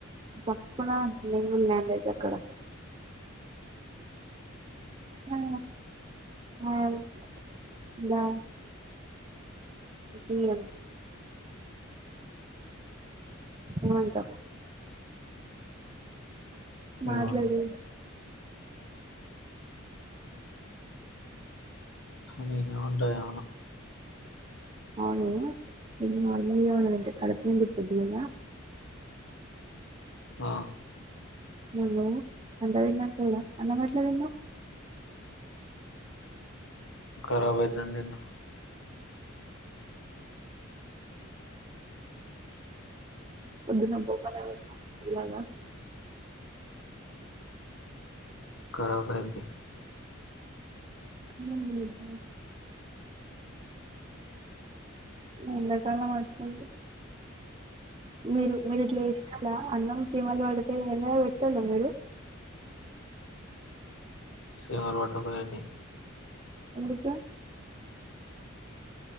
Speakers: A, on the right; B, on the left.
A: చెప్పుడా నేను నన్ లేదు అక్కడ ఆ ఆ ఆలా జీ ఏ ఏమంట మాట్లాడు
B: ఏమన్నా నేను ఏమంట ఏం అనా
A: అవును <unintelligible> కడుపు నిండిపొద్ది కదా
B: ఆ
A: నువ్వు అంత తిన్నా కూడా అన్నం ఎట్ల తిన్నావ్
B: ఖరాబ్ అయితుంది అని తిన్న
A: పొద్దున పో <unintelligible> తినలేదా
B: ఖరబాయిద్ధి
A: ఉమ్ కానీ ఎండాకాలం వచ్చింది మీరు మీరు ఇట్లా ఇష్టలా అన్నం చీమలు వడితే ఎండలో పెట్టల మీరు
B: సీమలు పట్టుకు పోయేది
A: ఎందుకు